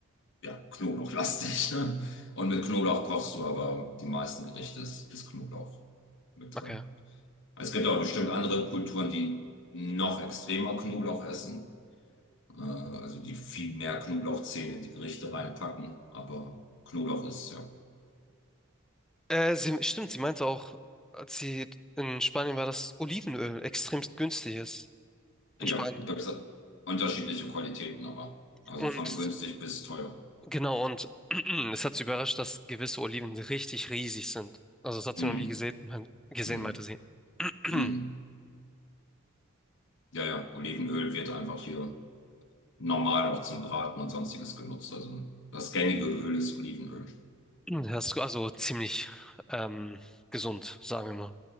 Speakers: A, on the left (about 60°); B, in the centre.
A: ja knoblauchlastig. Ne? Und mit Knoblauch kochst du, aber die meisten Gerichte ist, ist Knoblauch mit
B: okay.
A: drin. Es gibt auch bestimmt andere Kulturen, die noch extremer Knoblauch essen. Äh, also die viel mehr Knoblauchzehen in die Gerichte reinpacken. Aber Knoblauch ist ja
B: Äh, sie, stimmt, sie meinte auch, als sie in Spanien war, dass Olivenöl extremst günstig ist. In
A: Ja,
B: Spanien.
A: gibt es unterschiedliche Qualitäten, aber. Also
B: Und
A: von günstig bis teuer.
B: genau, und <clears throat> es hat sie überrascht, dass gewisse Oliven richtig riesig sind. Also das hat
A: Hm,
B: sie noch nie gesehen, mein- gesehen,
A: hm,
B: meinte sie. <clears throat>
A: hm. Ja, ja, Olivenöl wird einfach hier normal auch zum Braten und sonstiges genutzt. Also das gängige Öl ist Olivenöl.
B: Das ist also ziemlich ähm, gesund, sagen wir